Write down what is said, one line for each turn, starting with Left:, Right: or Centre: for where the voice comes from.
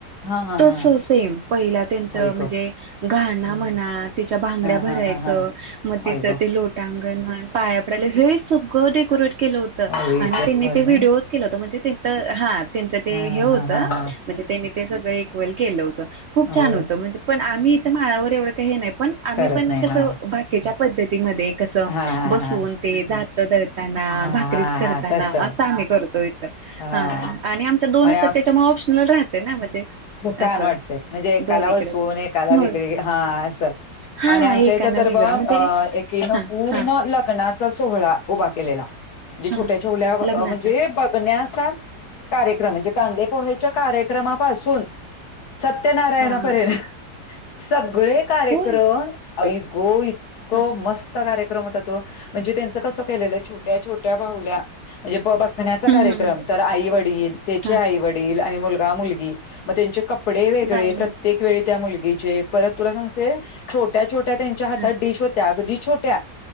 Left: हा हा
Right: तस
Left: हा
Right: सेम पहिला त्यांच म्हणजे
Left: आई ग
Right: घाणा
Left: हम्म
Right: म्हणा त्याच्या भांगड्या
Left: हा
Right: भर
Left: हा
Right: भरायचं
Left: हा हा
Right: म तिचं
Left: आई ग
Right: ते लोटांगण म्हण पाया पडायला हे सग डेकोरेट केलं होत
Left: आई
Right: आणि
Left: ग
Right: त्यांनी
Left: होय
Right: ते व्हिडिओज
Left: ना
Right: केलं होता म्हणजे तर हा त्यांचं ते
Left: हा
Right: हे होतं
Left: हा हा हा
Right: म्हणजे त्यांनी ते सगळं इक्वल केलं होत खूप छान
Left: होय
Right: होतं म्हणजे पण आम्ही इथं माळावर एवढं का हे नाही पण आम्ही
Left: करत
Right: पण
Left: नाही
Right: कस
Left: हा
Right: बाकीच्या पद्धतीमध्ये कस
Left: हा हा
Right: बसून
Left: हा
Right: ते जात धरताना
Left: हा हा
Right: भाकरीच
Left: हा
Right: करताना
Left: हा तस
Right: असं आम्ही करतो इ ह
Left: हा
Right: आणि आमच्या दोन
Left: आणि
Right: असतात त्याच्या ऑप्शनल राहते ना म्हणजे
Left: छान
Right: असं
Left: वाटतय म्हणजे
Right: दोन
Left: कालाव
Right: इकडे
Left: सोन
Right: दोन
Left: आहे काला वगळी
Right: होय
Left: हा असं
Right: हा
Left: आणि आमच्या
Right: एकानं
Left: इथं तर
Right: वेगळं
Left: ब
Right: म्हणजे
Left: अ एकीनं
Right: हा
Left: पूर्ण
Right: हा
Left: लग्नाचा सोहळा उभा केलेला म्हणजे
Right: हा
Left: छोट्या छोल्या
Right: लग्नाचा
Left: म्हणजे बघण्या कार्यक्रम म्हणजे कांदे पोहा्याच्या कार्यक्रमापासून सत्यनारायणापेणा
Right: हा हा
Left: सगळे कार्यक्रम
Right: होय
Left: ई गो इतक
Right: हा
Left: मस्त कार्यक्रम होता तो म्हणजे त्यांचं कसं केलेलं छोट्या छोट्या बाहल्या म्हणजे ब बघण्याचा
Right: हम्म
Left: कार्यक्रम
Right: हम्म हम्म
Left: तर आई वडील त्याचे
Right: हा
Left: आई वडील आणि मुलगा मुलगी मग त्यांचे कपडे वेगळे
Right: बाई
Left: प्रत्येक वेळी त्या मुलगीचे परत तुला सांगते छोट्या छोट्या त्यांच्या हातात
Right: हा
Left: डिश होत्या अगदी छोट्या